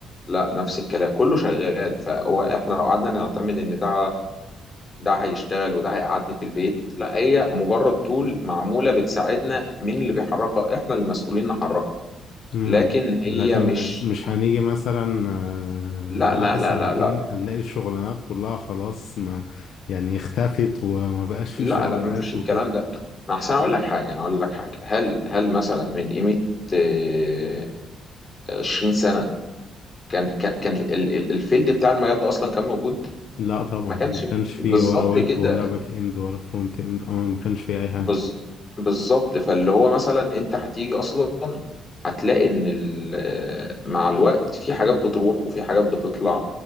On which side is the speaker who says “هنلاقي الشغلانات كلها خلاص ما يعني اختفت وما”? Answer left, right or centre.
Left